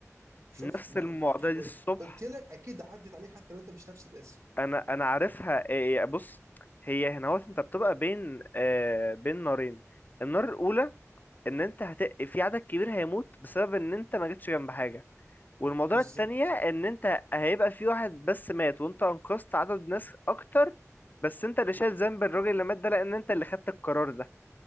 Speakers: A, on the right; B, on the left.
A: شفت
B: نفس
A: ما
B: المواضيع دي
A: قلت
B: الصبح
A: قلت لك اكيد عدت عليك حتى لو انت مش نفس الاسم
B: انا انا عارفها إيه بص هي هنا هو انت بتبقى بين آه بين نارين النار الاولى ان انت هت... في عدد كبير هيموت بسبب ان انت ما جيتش جنب حاجه والموضوع
A: بالظبط
B: التانية ان انت هيبقى في واحد بس مات وانت انقذت عدد ناس اكتر بس انت اللي شايل ذنب الراجل اللي مات ده لان انت اللي خدت القرار ده